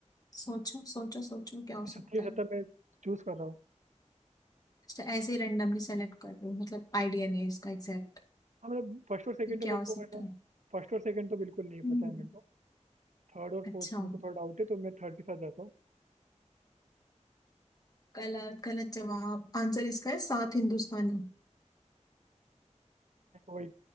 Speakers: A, on the left; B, on the right.
A: सोचो सोचो सोचो क्या हो
B: सत्ते
A: सकता
B: पे
A: है
B: सत्ता मैं चूज कर रहा हूँ
A: अच्छा, ऐसे ही randomly सेलेक्ट कर लो मतलब आइडिया नहीं है इसका एग्जैक्ट
B: हाँ मतलब फर्स्ट और सेकंड
A: ये
B: तो
A: क्या
B: मेरे
A: हो
B: को
A: सकता
B: है ना
A: है
B: फर्स्ट और सेकंड तो बिल्कुल नहीं
A: हम्म,
B: पता है मेरे को थर्ड और
A: अच्छा
B: फोर्थ में मेरे को थोड़ा डाउट है तो मैं थर्ड के साथ जाता हूँ
A: गलत गलत जवाब आंसर इसका है सात हिंदुस्तानी
B: तो वही